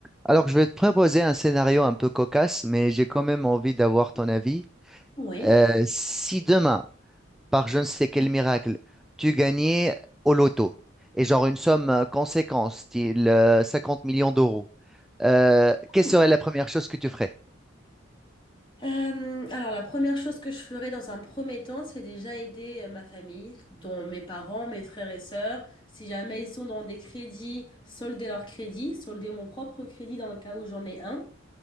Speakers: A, in the centre; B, on the left.
A: Alors, je vais te proposer un scénario un peu cocasse, mais j'ai quand même envie d'avoir ton avis.
B: Oui.
A: Euh, si demain, par je ne sais quel miracle, tu gagnais au loto, et genre une somme euh, conséquente, style euh, 50 millions d'euros, euh, quelle
B: Oui.
A: serait la première chose que tu ferais?
B: Euh, alors, la première chose que je ferai dans un premier temps, c'est déjà aider euh, ma famille, dont mes parents, mes frères et sœurs. Si jamais ils sont dans des crédits, solder leur crédit, solder mon propre crédit dans le cas où j'en ai un.